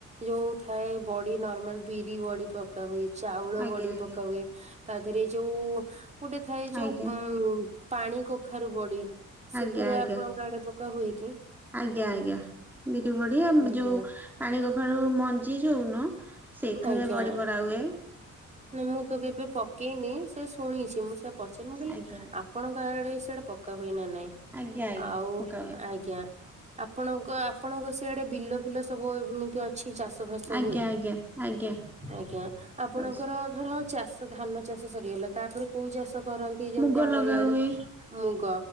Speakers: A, on the right; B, in the centre.
A: ଯୋଉ ଥାଏ ବଡି ନର୍ମାଲ ବିରି ବଡି ପକା ହୁଏ, ଚାଉଳ
B: ଆଜ୍ଞା
A: ବଡି
B: ଆଜ୍ଞା
A: ପକା ହୁଏ ତା ଧିଏରେ ଯୋଉ ଗୋଟେ ଥାଏ ଯୋଉ
B: ଆଜ୍ଞା
A: ଉଁ ପାଣି କଖାରୁ ବଡି। ସେଗୁରା
B: ଆଜ୍ଞା ଆଜ୍ଞା,
A: ଆପଣଙ୍କ ଆଡେ ପକା ହୁଏ କି?
B: ଆଜ୍ଞା ଆଜ୍ଞା। ବିରି ବଡି ଆ
A: ଆଜ୍ଞା
B: ଯୋଉ ପାଣିକଖାରୁ ମଞ୍ଜି ଯୋଉ ନୁହଁ ସେଇଥିରେ
A: ଆଜ୍ଞା
B: ବଡି ପରା ହୁଏ।
A: ନାଇଁ ମୁଁ ତ କେବେ ପକେଇନି ସେ ଶୁଣିଛି ମୁଁ ସେୟା ପଚାରିଲି ମୁଁ କହିଲି
B: ଆଜ୍ଞା
A: ଆ
B: ଆଜ୍ଞା
A: ଆପଣଙ୍କ ଆଡେ ସିଆଡେ ପକା ହୁଏ ନା ନାଇଁ
B: ଆଜ୍ଞା ଆଜ୍ଞା
A: ଆଉ,
B: ପକା ହୁଏ
A: ଆଜ୍ଞା। ଆପଣଙ୍କ ଆପଣଙ୍କ ସିଆଡେ ବିଲ ଫିଲ ସବୁ ଏମିତି ଅ ଛି ଚାଷ ଫାସ
B: ଆଜ୍ଞା
A: ହୁଏ?
B: ଆଜ୍ଞା ଆଜ୍ଞା
A: ଆଜ୍ଞା ଆପଣଙ୍କ
B: ଶୁଭୁଛି।
A: ଧର ଚାଷ ଧାନ ଚାଷ ସରିଗଲା ତାପରେ କୋଉ ଚାଷ କର ତି ଯେମିତ
B: ମୁଗ
A: ଆମ
B: ଲଗା
A: ଇଆଡ଼େ
B: ହୁଏ
A: ମୁଗ।